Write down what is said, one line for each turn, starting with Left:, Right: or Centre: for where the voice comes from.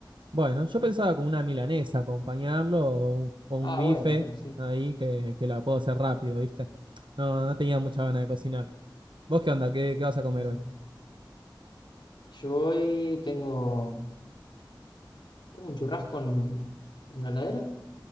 Right: Bueno, yo pensaba con una milanesa acompañarlo o un, o un
Left: Ah,
Right: bife
Left: bueno, también, sí.
Right: ahí que, que la puedo hacer rápido, ¿viste? No, no tenía mucha ganas de cocinar. ¿Vos qué onda? ¿Qué, qué vas a comer
Left: sí.
Right: hoy?
Left: sí. Yo hoy tengo, tengo un churrasco en una heladera,